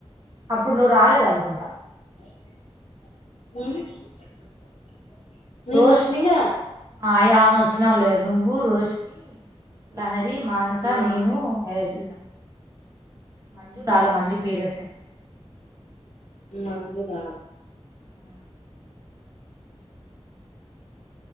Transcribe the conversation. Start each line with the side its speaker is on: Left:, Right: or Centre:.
Right: అప్పుడు నువ్వు రాలేదానుకుంట
Left: ఉమ్ నేను
Right: రోష్ని
Left: వచ్చా
Right: ఆయావ్ వచ్చనవ్లే నువ్వు రోష్ని లహరి మానసా
Left: ఆ
Right: నేను వెల్నామ్ మంజురాలే మంజు పీరియడ్స్ అయ్నయ్
Left: మంజుదా
Right: ఆ